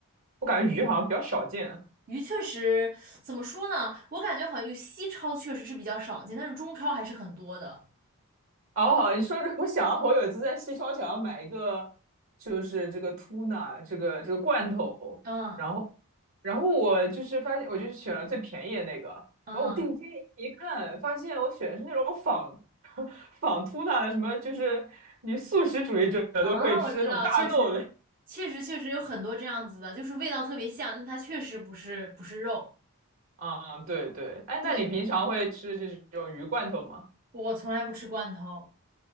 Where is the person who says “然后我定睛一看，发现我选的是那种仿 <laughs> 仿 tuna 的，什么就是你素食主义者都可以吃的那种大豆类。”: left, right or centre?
Right